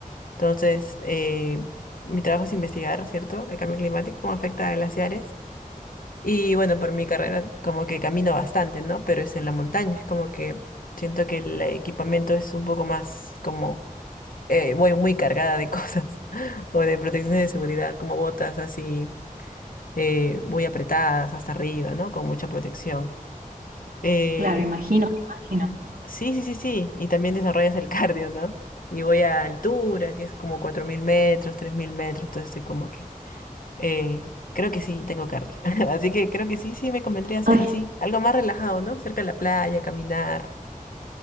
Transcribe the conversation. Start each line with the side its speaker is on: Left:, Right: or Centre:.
Left: Entonces, eh, mi trabajo es investigar, ¿cierto? El cambio climático, cómo afecta a glaciares Y bueno, por mi carrera como que camino bastante, ¿no? Pero es en la montaña, es como que siento que el equipamiento es un poco más como eh, voy muy cargada de cosas <laughs> o de protecciones de seguridad, como botas así eh, muy apretadas hasta arriba, ¿no? Con mucha protección. Eh,
Right: Claro, imagino, imagino.
Left: sí, sí, sí, sí. Y también desarrollas el <laughs> cardio, ¿no? Y voy a altura, que es como 4.000 metros, 3.000 metros, entonces estoy como que eh, creo que sí, tengo cardio. <laughs> Así que creo que sí, sí, me convendría hacer
Right: Ay,
Left: así, algo más relajado, ¿no? Cerca de la playa, caminar.